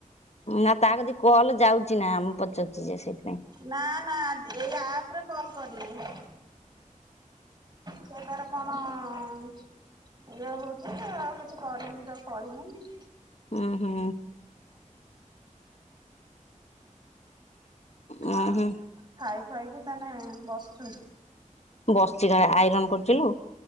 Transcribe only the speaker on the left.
ନା ତା କତିକି କଲ ଯାଉଛି ନା ଆମ ପଚାରୁଛି ଯେ ସେଇଥିପାଇଁ?
ଉଁ ହୁଁ। ଉଁ
ହୁଁ
ବସିଚି ଜଣେ ଆଇରନ କରିଥିଲୁ।